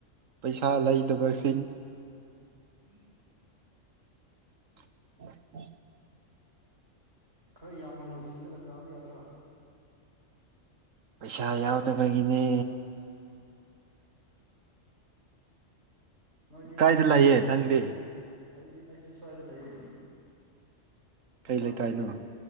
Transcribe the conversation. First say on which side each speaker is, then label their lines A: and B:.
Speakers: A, on the right; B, on the right.
A: ꯄꯩꯁꯥ ꯂꯩꯇꯕꯁꯤꯡ
B: <inaudible>
A: <inaudible>
B: ꯈꯔ ꯌꯥꯝꯅ ꯂꯧꯁꯤꯜꯂꯒ ꯆꯥꯕ ꯌꯥꯗ꯭ꯔꯣ
A: ꯄꯩꯁꯥ ꯌꯥꯎꯗꯕꯒꯤꯅꯦ
B: ꯅꯣꯏꯗꯤ
A: ꯀꯥꯏꯗ ꯂꯩꯌꯦ ꯅꯪꯗꯤ
B: ꯑꯩꯗꯤ ꯑꯩꯁꯨ ꯁ꯭ꯋꯥꯏꯗ ꯂꯩꯌꯦ ꯇꯝꯄꯥꯛꯇ
A: ꯀꯩ ꯂꯩ ꯀꯥꯏꯅꯣ
B: ꯂꯩꯌꯦ